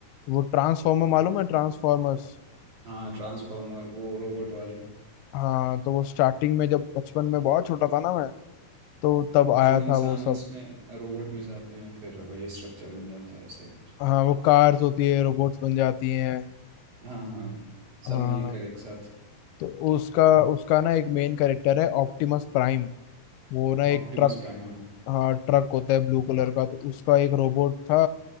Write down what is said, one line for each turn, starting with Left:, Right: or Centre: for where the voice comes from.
Left: वो ट्रांसफॉर्मर मालूम है ट्रांसफॉर्मर्स
Right: हाँ ट्रांसफॉर्मर वो रोबोट वाले
Left: हाँ तो वो स्टार्टिंग में जब बचपन में बहुत छोटा था ना मैं तो
Right: हाँ,
Left: तब
Right: जो
Left: आया
Right: इंसान
Left: था वो सब
Right: उसमें रोबोट में जाते हैं फिर वही स्ट्रक्चर बन जाता है ऐसा ही कुछ
Left: हाँ वो कार्स होती है रोबोट्स बन जाती हैं
Right: हाँ हाँ
Left: हाँ
Right: सब मिलकर एक साथ
Left: तो उसका उसका ना एक मेन कैरेक्टर है ऑप्टिमस प्राइम वो ना एक
Right: ऑप्टिमस
Left: ट्रक
Right: प्राइम हाँ
Left: हाँ ट्रक होता है ब्लू कलर का तो उसका एक रोबोट था